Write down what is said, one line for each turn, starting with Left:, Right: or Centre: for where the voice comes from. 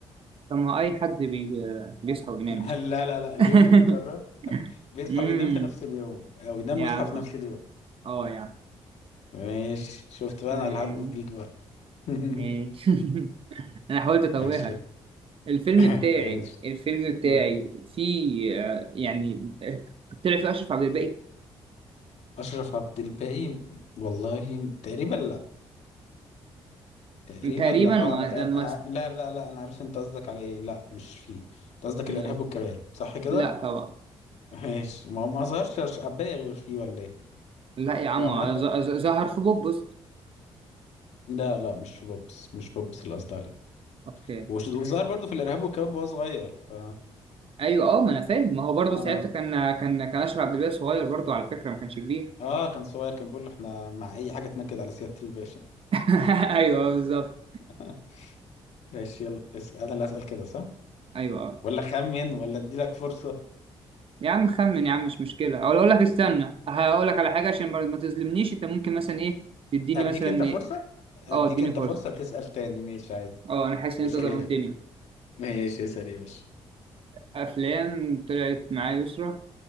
Right: طب ما أي حد بي... بيصحى وينام
Left: <laughs>
Right: يسرا
Left: لا لا لا اليوم
Right: <laughs>
Left: بيتكرر بيصحى
Right: امم
Left: وينام في نفس اليوم او ينام
Right: يا
Left: ويصحى
Right: عم
Left: في نفس اليوم
Right: اه يا عم
Left: ماشي شفت بقى
Right: آه،
Left: انا اللي هرقف بيك بقى <laughs>
Right: ماشي <laughs> انا حاولت اتوهك
Left: ماشي
Right: الفيلم
Left: <laughs>
Right: بتاعي
Left: ماشي
Right: الفيلم بتاعي
Left: مم.
Right: فيه آه، يعني آه، طلع فيه أشرف عبد الباقي
Left: اشرف عبد الباقي والله تقريبا لا تقريبا
Right: تقريبا
Left: لا اه
Right: و-
Left: انا
Right: لما
Left: فع... انا
Right: س-
Left: ع- لا لا لا انا عارف انت قصدك على ايه لا مش فيه انت قصدك
Right: م-
Left: الارهاب والكباب صح كده
Right: لا طبعا
Left: <laughs> ماشي ما هو ما ظهرش أش- عباية غير فيه ولا ايه
Right: لا يا عم
Left: هو عامة
Right: آه، ظ- ظ- ظهر في بوبس
Left: لا لا مش في بوبس مش بوبس اللي قصدي عليه
Right: اوكي
Left: وش- <laughs> وظهر برضه في الارهاب والكباب وهو صغير ف
Right: ايوه اه ما انا فاهم ما هو برضه
Left: اه
Right: ساعتها كان كان كان اشرف عبد الباقي صغير برضه على فكره ما كانش كبير
Left: اه كان صغير كان بيقول له احنا مع اي حاجه تنكد على سياده الباشا
Right: <laughs> ايوه آه، بالظبط
Left: <laughs> ماشي يلا اس... انا اللي اسال كده صح
Right: ايوه اه
Left: ولا خمن ولا ادي لك فرصه
Right: يا عم خمن يا عم مش مشكله او اقول لك استنى هقول لك على حاجه عشان ما ما تظلمنيش انت ممكن مثلا ايه تديني
Left: اديك
Right: مثلا
Left: انت
Right: ايه
Left: فرصه اديك
Right: اه اديني
Left: انت
Right: فرصه
Left: فرصه تسال تاني ماشي عادي
Right: اه انا حاسس ان
Left: اسال
Right: انت ظلمتني
Left: ايه ماشي اسال ايه ماشي
Right: أفلام طلعت معايا يسرا